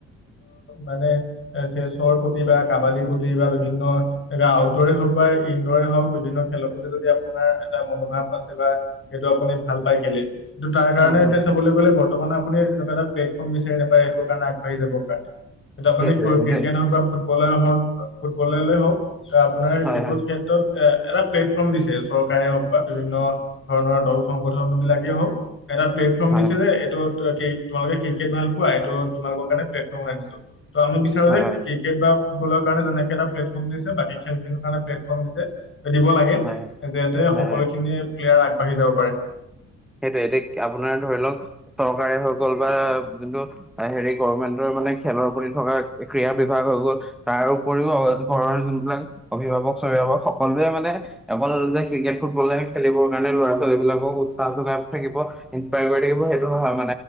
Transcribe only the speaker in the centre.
উম হম
সেইটোৱে
সেইটোৱে
হয়
হয়
হয়
হয়
হয় হয়
হয় হয়
হয়
এতিয়া আপোনাৰ ধৰি লওক চৰকাৰে হৈ গ'ল বা যোনটো হেৰি গমেন্টৰ মানে ৰ প্ৰতি থকা ক্ৰীড়া বিভাগ হৈ গ'ল। তাৰ উপৰিও ঘৰৰ যোনবিলাক অভিভাৱক স্বভিভাৱক সকলোৱে মানে অকল যে ক্ৰিকেট ফুটবলে খেলিবৰ কাৰণে ল'ৰা ছোৱালী বিলাকক উৎখা যোগাই থাকিব ইনস্পায়াৰ কৰি থাকিব। সেইটো নহয়